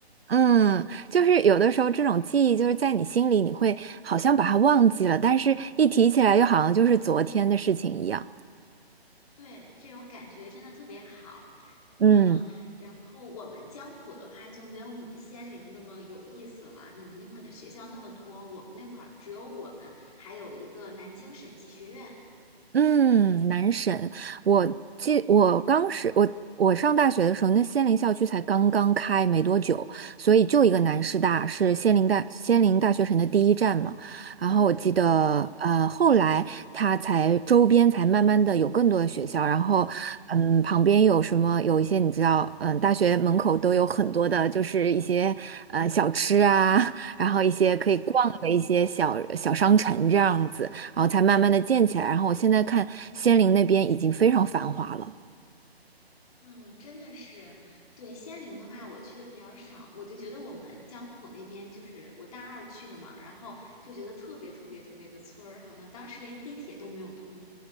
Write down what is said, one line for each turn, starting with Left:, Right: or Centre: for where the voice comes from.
Right: 嗯，就是有的时候这种记忆就是在你心里，你会好像把它忘记了，但是一提起来又好像就是昨天的事情一样。
Left: 对，这种感觉真的特别好。
Right: 嗯。
Left: 嗯，然后我们江浦的话就没有你们仙林那么有意思了。你们那块儿的学校那么多，我们那块儿只有我们，还有一个南京审计学院。
Right: 嗯，南审。我记，我刚是，我我上大学的时候，那仙林校区才刚刚开没多久，所以就一个南师大是仙林大仙林大学城的第一站嘛。然后我记得，呃，后来它才周边才慢慢的有更多的学校，然后嗯，旁边有什么有一些你知道，嗯，大学门口都有很多的，就是一些呃小吃啊，<laughs> 然后一些可以逛的一些小小商城这样子。然后才慢慢的建起来。然后我现在看仙林那边已经非常繁华了。
Left: 嗯，真的是，对仙陵的话，我去的比较少，我就觉得我们江浦那边就是我大二去的嘛，然后就觉得特别特别特别的村儿，好像当时连地铁都没有通。